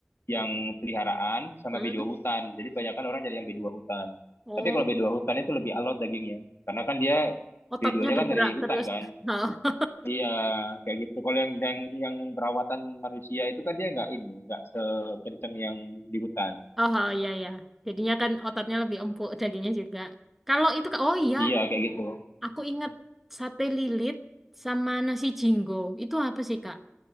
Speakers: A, on the left; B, in the centre.
A: yang peliharaan sama
B: hmm.
A: b dua hutan. Jadi kebanyakan orang jadi yang b dua hutan.
B: Oh,
A: Tapi kalau b dua hutan itu lebih alot dagingnya, karena kan dia
B: ototnya
A: B2-nya
B: bergerak
A: kan dari hutan
B: terus.
A: kan.
B: <laughs>
A: Iya, kayak gitu. Kalau yang yang, yang perawatan manusia itu kan dia nggak ini, nggak sekenceng yang di hutan.
B: Oh, oh, oh ya ya. Jadinya kan ototnya lebih empuk, dagingnya juga. Kalau itu, Kak- oh iya,
A: Iya, kayak gitu.
B: aku ingat sate lilit sama nasi jinggo. Itu apa sih, Kak?